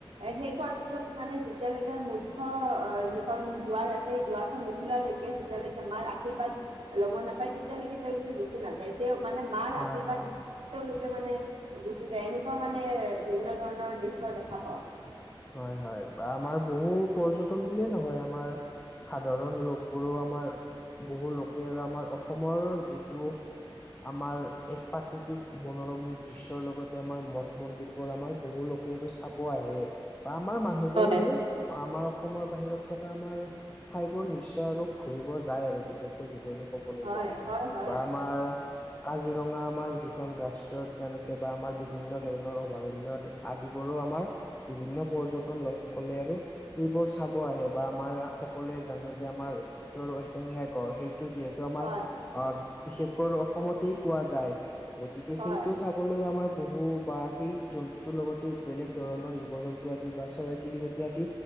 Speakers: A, on the right (about 85°); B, on the left (about 15°).
A: এ শেষ হোৱাৰ পিছতো মানে যেতিয়ালৈকে মুখ্য অ খন দুৱাৰ আছে সেই দুৱাৰখন নুখলালৈকে যেতিয়ালৈকে মাৰ আশীৰ্বাদ ল'ব নাপায় তেতিয়ালৈকে তেওঁলোকে গুচি নাযায়। তেওঁ মানে- মাৰ
B: হয়
A: আশীৰ্বাদ
B: হয়
A: <unintelligible> তেওঁলোকে মানে গুচি যায় এনেকুৱা মানে বিভিন্ন ধৰণৰ দৃশ্য দে খা পাওঁ।
B: হয় হয় বা আমাৰ বহু পৰ্যটন- একোৱেই নহয়, আমাৰ সাধাৰণ লোক বোৰো আমাৰ বহু লোকে আমাৰ- সময়ৰ যিটো- আমাৰ এক প্ৰাকৃতিক মনোৰমৰ দৃশ্যৰ লগতে আমাৰ মঠ মন্দিৰ বোৰ আমাৰ বহু লো কে এইতো চাব আহে বা আমাৰ মানুহবোৰে
A: হয়।
B: আৰু- আমাৰ অসমৰ বাহিৰত থকা আমাৰ ঠাই বোৰ নিশ্চয় আৰু ঘুৰিব যায় আৰু বিশেষ কৈ যদি আমি ক'বলৈ
A: হয়,
B: যাওঁ
A: হয়, হয়।
B: বা আমাৰ- কাজিৰঙা আমাৰ যিখন ৰাষ্ট্ৰীয় উদ্যান আছে বা আমাৰ বিভিন্ন ধৰণৰ অভয়াৰণ্যত আদিবোৰো আমাৰ বিভিন্ন পৰ্যটন লোকসকলে আৰু সেবোৰ চাব আহে বা আমাৰ সকলোৱে জানো যে আমাৰ যিটো আৰু এশেঙীয়া গড় সেইটো যিহে <unintelligible> আমাৰ
A: হয়,
B: অ', বিশেষ কৈ অসমতেই পোৱা যায়। গতিকে
A: হয়, হয়,
B: সেইটো চা সকলোৱে আমাৰ বহু বা সেই জন্তুটোৰ লগতে বেলেগ ধৰণৰ জীৱ জন্তু <unintelligible> আদি বা চৰাই চিৰিকতি আদি